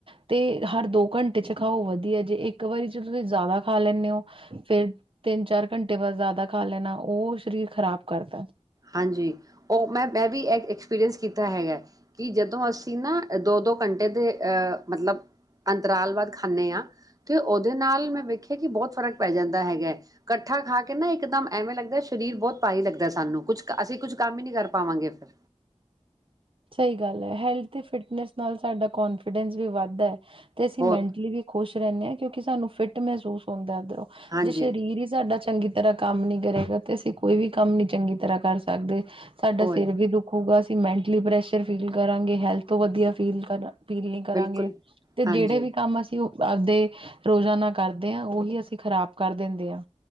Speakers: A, on the right; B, on the right.
A: ਤੇ ਹਰ ਦੋ ਘੰਟੇ ਚ ਖਾਓ ਵਧੀਆ ਜੇ ਇੱਕ ਵਾਰੀ ਚ ਤੁਸੀਂ ਜ਼ਿਆਦਾ ਖਾ ਲੈਦੇ ਹੋ ਫੇਿਰ ਤਿੰਨ ਚਾਰ ਘੰਟੇ ਬਾਅਦ ਜ਼ਿਆਦਾ ਖਾ ਲੈਣਾ ਉਹ ਸਰੀਰ ਖਰਾਬ ਕਰਦਾ
B: ਹਾਂਜੀ ਉਹ ਮੈਂ ਮੈਂ ਵੀ ਇੱਕ ਪਸ ਕੀਤਾ ਹੈਗਾ ਕਿ ਜਦੋਂ ਅਸੀਂ ਨਾ ਦੋ ਦੋ ਘੰਟੇ ਦੇ ਅਹ ਮਤਲਬ ਅੰਤਰਾਲ ਬਾਦ ਖਾਂਦੇ ਹਾਂ ਤੇ ਉਹਦੇ ਨਾਲ ਮੈਂ ਵੇਖਿਆ ਕਿ ਬਹੁਤ ਫ਼ਰਕ ਪੈ ਜਾਂਦਾ ਹੈਗਾ ਇਕੱਠਾ ਖਾ ਕੇ ਨਾ ਇੱਕਦਮ ਐਵੇਂ ਲੱਗਦਾ ਸਰੀਰ ਬਹੁਤ ਭਾਰੀ ਲੱਗਦਾ ਸਾਨੂੰ <inaudible> ਕੁਛ ਅਸੀਂ ਕੁਛ ਕੰਮ ਹੀ ਨਹੀਂੀ ਕਰ ਪਾਵਾਂਗੇ ਫਿਰ
A: ਸਹੀ ਗੱਲ ਹੈ ਹੈਲਥ ਫਿਟਨੈਸ ਨਾਲ ਸਾਡਾ ਕੋਂਨਫੀਡੈਂਸ ਵੀ ਵੱਧਦਾ ਹੈ ਤੇ ਅਸੀਂ
B: ਬਹੁਤ
A: ਮੈਂਟਲੀ ਵੀ ਖੁਸ਼ ਰਹਿੰਦੇ ਹਾਂ ਕਿਉਂਕਿ ਸਾਨੂੰ ਫਿੱਟ ਮਹਿਸੂਸ ਹੁੰਦਾ
B: ਹਾਂਜੀ
A: ਜੇ ਸਰੀਰ ਹੀ ਸਾਡਾ ਚੰਗੀ ਤਰ੍ਹਾਂ ਕੰਮ ਨੀ ਕਰੇਗਾ ਤੇ ਅਸੀਂ ਕੋਈ ਵੀ ਕੰਮ ਨੀ ਚੰਗੀ ਤਰ੍ਹਾਂ ਕਰ ਸਕਦੇ ਸਾਡਾ
B: ਹੋਏ
A: ਸਿਰ ਵੀ ਦੁੱਖ ਹੋਊਗਾ ਸੀਮੈਂਟ ਪ੍ਰੈਸ਼ਰ ਫੀਲ ਕਰਾਂਗੇ ਹੈਲਥ ਤੋਂ ਵਧੀਆ ਫੀਲ ਕਰਾਂ ਅਪੀਲ ਨਹੀਂੀ ਕਰਾਂਗੇ
B: ਬਿਲਕੁਲ
A: ਤੇ
B: ਹਾਂਜੀ
A: ਜਿਹੜੇ ਵੀ ਕੰਮ ਅਸੀਂ ਆਪਦੇ ਰੋਜ਼ਾਨਾ ਕਰਦੇ ਹਾਂ ਉਹੀ ਅਸੀਂ ਖ਼ਰਾਬ ਕਰ ਦਿੰਦੇ ਹਾਂ